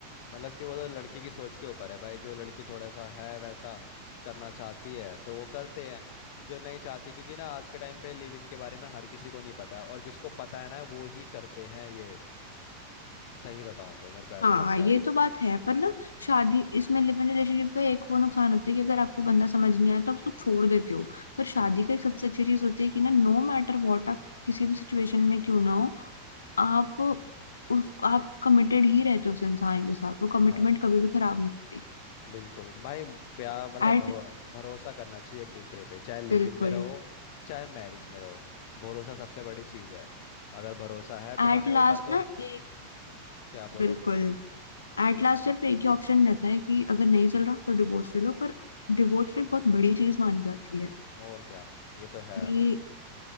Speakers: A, on the left (about 50°); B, on the left (about 75°).
A: मतलब कि वो तो लड़की की सोच के ऊपर है भाई जो लड़की थोड़ा सा है वैसा करना चाहती है तो वो करते हैं जो नहीं चाहती क्योंकि ना आज के टाइम पे लिव इन के बारे में हर किसी को नहीं पता है और जिसको पता है ना वो ही करते हैं ये सही बताऊं तो मेरे को ऐसा
B: हाँ
A: लगता
B: ये
A: है
B: तो बात है पर ना शादी इसमें लिव इन रिलेशनशिप का एक वो नुकसान होता है कि अगर आपको बंदा समझ नहीं आया तो आप उसको छोड़ देते हो पर शादी
A: हम्म
B: का एक सबसे अच्छी चीज होती है कि ना नो मैटर व्हाट आप किसी भी सिचुएशन में क्यों ना हो आप उस आप कमिटेड ही रहते हो उस इंसान के साथ वो कमिटमेंट
A: हाँ
B: कभी भी खराब नहीं होती
A: बिल्कुल भाई प्यार मतलब
B: एट
A: भरो, भरोसा करना चाहिए एक दूसरे पे चाहे लिव
B: बिल्कुल
A: इन में रहो चाहे मैरिज में रहो भरोसा सबसे बड़ी चीज है अगर भरोसा है
B: एट
A: तुम्हारे
B: लास्ट
A: ऊपर
B: ना
A: तो
B: एक ही
A: क्या बोलो
B: बिल्कुल एट लास्ट सिर्फ एक ही ऑप्शन रहता है कि अगर नहीं चल रहा तो डिवोर्स ले लो पर डिवोर्स एक बहुत बड़ी चीज मानी जाती है
A: और क्या ये तो है
B: कि